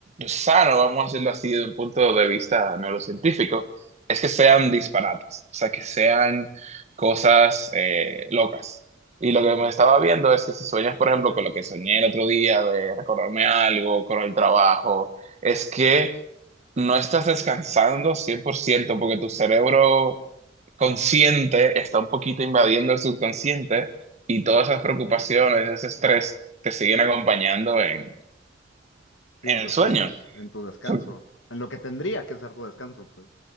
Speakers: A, on the right; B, on the left.
A: sano, vamos a hacerlo así desde un punto de vista neurocientífico, es que sean disparates, o sea, que sean cosas eh, locas. Y lo que me
B: sí,
A: estaba viendo es que si sueñas, por ejemplo, con lo que soñé el otro día de recordarme algo, con el trabajo, es que no estás descansando 100% porque tu cerebro consciente está un poquito invadiendo el subconsciente y todas esas preocupaciones, ese estrés te siguen acompañando en,
B: sí,
A: en
B: en
A: el
B: tus
A: sueño.
B: sueños, en tu descanso,
A: So-
B: en lo que tendría que ser tu descanso, pues.